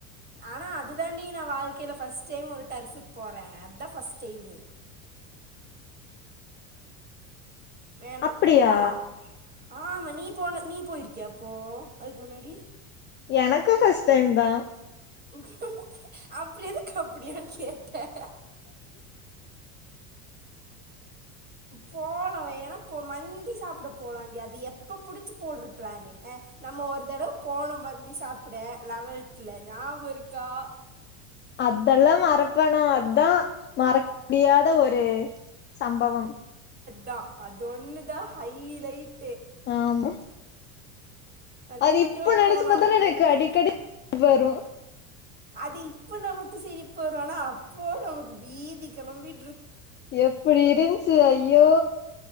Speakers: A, on the right; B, on the left.
A: ஆனா அது தாண்டி நான் வாழ்க்கையில பர்ஸ்ட் டைம் ஒரு டர்புக்கு போறேன் அதுதான் பஸ்ட் டைமு வேணாம்
B: அப்டியா
A: போலாம் ஆமா நீ போன நீ போயிருக்கிய அப்போ அதுக்கு முன்னாடி
B: எனக்கும் ஃபர்ஸ்ட் டைம் தான்
A: <unintelligible> அப்புறம் எதுக்கு அப்படியா கேட்ட போலம் ஏன்னா மந்தி சாப்பிட போலாம்ண்டி அது எப்ப புடிச்சு போடுற பிளானு நம்ம ஒரு தடவை போனோம் மந்தி சாப்பிட லெவெல்த் ல ஞாபகம் இருக்கா
B: அதெல்லாம் மற ப்பனா அதா மற முடியாத ஒரு சம்பவம்
A: தான் அது ஒன்னு தான் ஹைலைட்
B: ஆ ஆமா.
A: மந்தி
B: அது
A: மட்டுமா
B: இப்ப நினைச்ச
A: போனோம்
B: பத்தான
A: அங்கேருந்து
B: எனக்கு அடிக்கடி வரும்
A: அது இப்ப நமக்கு சிரிப்பு வரும் ஆனா அப்போ நமக்கு பீதி கிளம்பி
B: எப்படி இருந்துச்சு ஐ ஐயோ